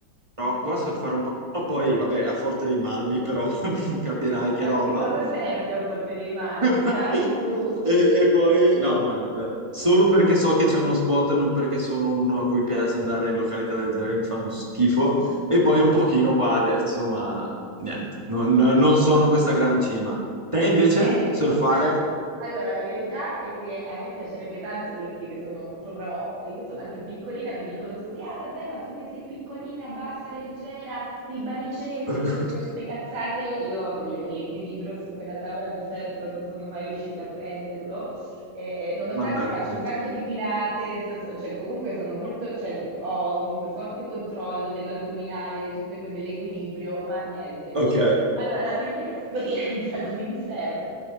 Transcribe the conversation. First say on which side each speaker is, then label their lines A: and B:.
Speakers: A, on the right; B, on the right.
A: Marocco,
B: ok.
A: a surfare un pochino, poi vabbè a Forte dei Marmi, però <laughs> capirai che
B: Ma
A: roba.
B: che cosa surfi a Porte dei Marmi?
A: <laughs>
B: Dai, su.
A: E, e poi, no, ma solo perché so che c'è uno spot, non perché sono uno a cui piace andare in località del genere, mi fanno schifo. E poi un pochino qua adesso, ma niente, non, non sono questa gran cima. Te invece,
B: Ok,
A: surfare?
B: al- allora la verità è che a me piacerebbe tanto dirti che sono pro, e io sono anche piccolina, mi dicono tutti, ah vabbè, ma tu che sei piccolina, bassa, leggera, il baricentro,
A: <laughs>
B: tutte queste cazzate, io l- l'equilibrio su quella tavola da surf non sono mai riuscita a prenderlo, Eh, nonostante
A: Mannaggia.
B: faccio un sacco di pilates, so- cioè, comunque sono molto, cioè, ho un forte controllo dell'addominale, di tutte que- dell'equilibrio, ma niente.
A: Ok,
B: Allora, la mia prima esperienza <laughs> con il surf